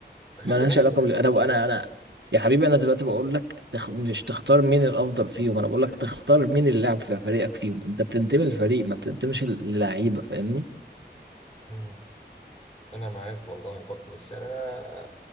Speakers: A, on the left; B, on the right.
A: خلي
B: ما لهاش
A: بالك
B: علاقه
A: خلي
B: بالادب
A: بالك
B: انا انا يا حبيبي انا دلوقتي بقول لك تخ... مش تختار مين الافضل فيهم انا بقول لك تختار مين اللي لعب في فريقك فيهم انت بتنتمي للفريق ما بتنتميش للعيبه فاهمني
A: مم. انا معاك والله برضه بس انا